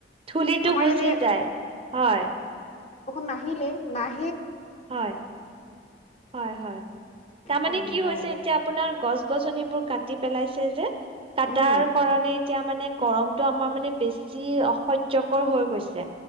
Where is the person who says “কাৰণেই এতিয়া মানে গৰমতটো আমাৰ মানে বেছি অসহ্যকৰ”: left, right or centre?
Right